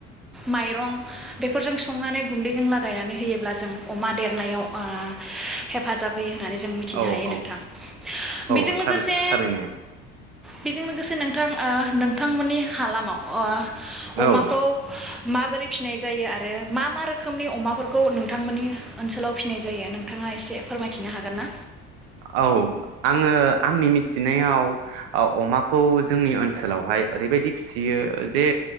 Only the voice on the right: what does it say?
औ
औ
औ
थारै थारैनो
औ
औ आङो आंनि मिथिनायाव ओ अमाखौ जोंनि ओनसोलावहाय ओरैबायदि फिसियो जे